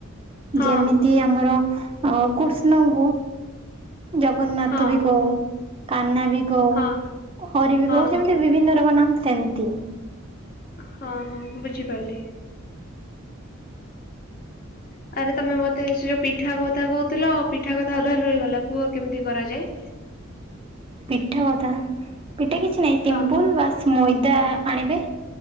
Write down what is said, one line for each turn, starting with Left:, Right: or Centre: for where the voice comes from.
Left: ହଁ
Right: ଯେମିତି ଆମର ଅ- କୃଷ୍ଣଙ୍କୁ ଜଗନ୍ନାଥ
Left: ହଁ
Right: ବି କହୁ କାହ୍ନା ବି କହୁ
Left: ହଁ
Right: ହରି ବି
Left: ହଁ
Right: କହୁଚନ୍ତି ଯେମିତି ବିଭିନ୍ନ ରୋଗ ର୍ ନାମ୍ ସେମିତି।
Left: ହଁ-ହଁ ବୁଝିପାରିଲି। <inaudible> ଆରେ ତମେ ମତେ ସେ ଯଉ ପିଠା କଥା କହୁଥିଲ ପିଠା କଥା ଅଧାରେ ରହିଗଲା କୁହ କେମିତି କରାଯାଏ?
Right: ପିଠା କଥା ପିଠା କିଛି ନାହିଁ ଟିମ୍ପୁଲ୍
Left: ହଁ
Right: ବାସ୍ ମଇଦା ଆଣିବେ